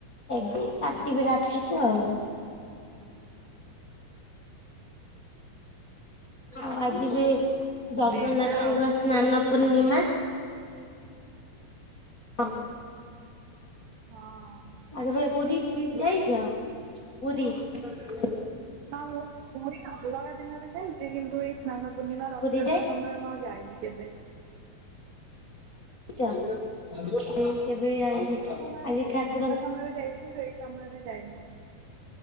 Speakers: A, on the left; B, on the right.
A: ଏବେ କାଟିବି
B: ହଁ
A: ରାତିକୁୁ ଆଉ ଆଉ ଆଜି ବି ଜଗନ୍ନାଥଙ୍କ
B: ଦିଟା ଆଉ
A: ସ୍ନାନ ପୂର୍ଣ୍ଣିମା ହ
B: ହଁ
A: ଆ ପୁରୁରୀ ଯାଇଛ ପୁରୁରୀ
B: ନା ମୁଁ ପରି ଅଲଗା ଦିନରେ ଯାଇଛି କିନ୍ତୁ ଏଇ ସ୍ନାନ ପୂର୍ଣ୍ଣିମା ରଥଯାତ୍ରା
A: ପୁରୀ
B: ସମନରେ ମୁଉ ଯାଇନି କେବେ
A: ଆଛା ଠ କେବେ ଆି
B: ଅଲଗା ସମୟରେ
A: ଆଜି
B: ଯାଇଛି
A: ଠାକୁର
B: ଅଲଗା ସମୟରେ ଯାଇଛି କିନ୍ତୁ ଏଇ ସମୟରେ ଯାଇନି